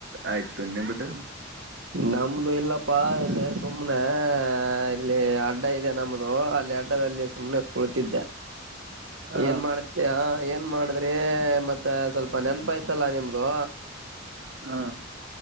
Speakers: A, on the right; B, on the right.
A: ಆಯ್ತು ನಿಮ್ದು
B: ನಮ್ದು ಇಲ್ಲಪ್ಪಾ ಇಲ್ಲಿ ಸುಮ್ನೆ ಇಲ್ಲಿ ಅಡ್ಡ ಇದೆ ನಮ್ದು ಅಲ್ಲಿ ಅಡ್ಡಾದಲ್ಲಿ ಸುಮ್ನೆ ಕುಳಿತಿದ್ದೆ
A: ಹ
B: ಏನ್ ಮಾಡುತೀಯ ಏ ಏನ್ ಮಾಡಿದ್ರಿ ಮತ್ತ ಸ್ವಲ್ಪ ನೆನಪಐತಲ್ಲ ನಿಮ್ದು
A: ಹಾ